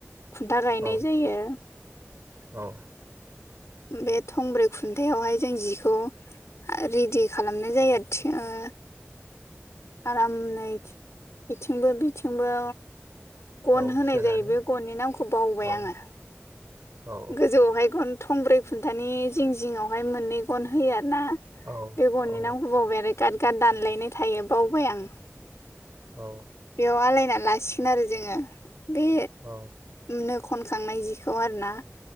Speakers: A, on the left; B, on the right.
A: खुन्था गायनाय
B: औ
A: जायो
B: औ
A: बे थंब्रै खुन्थायावहाय जों जिखौ रेडि खालामनाय जायो आरो थि ओ आरामै बिथिंबो बिथिंबो गन
B: औ
A: होनाय
B: सोनानै
A: जायो बे गननि नामखौ बावबाय
B: औ
A: आङो
B: औ
A: गोजौआवहाय गन थंब्रै खुन्थानि जिं जिंआवहाय मोननै गन होयो आरो ना
B: औ
A: बे गननि
B: औ
A: नामखौ बावबाय आरो गारगार दानलायनाय थायो बावबाय आं
B: औ
A: बेयाव आलायनानै लासिगोन आरो जोङो बे
B: औ
A: नो खनखांनाय जिखौ आर ना